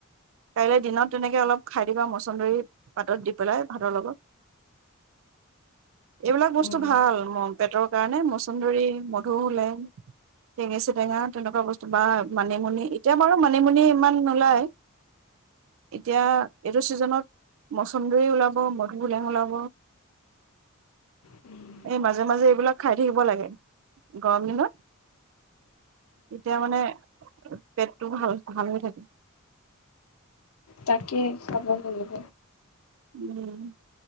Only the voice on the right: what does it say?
কাইলৈ দিনত তেনেকৈ অলপ খাই দিবা মচন্দৰী পাতত দি পেলাই ভাতৰ লগত এইবিলাক বস্তু
ভাল পেটৰ কাৰণে মছন্দৰী মধু ওলেং টেঙেচিটেঙা তেনেকুৱা বস্তু বা মানিমুনি এতিয়া বাৰু মানিমুনি ইমান নোলায় এতিয়া এইটো চিজনত মচন্দৰী ওলাব মধু হোলেং ওলাব
এই মাজে মাজে এইবিলাক খাই থাকিব লাগে গৰম দিনত তেতিয়া মানে পেটটো ভাল ভাল হৈ থাকে
উম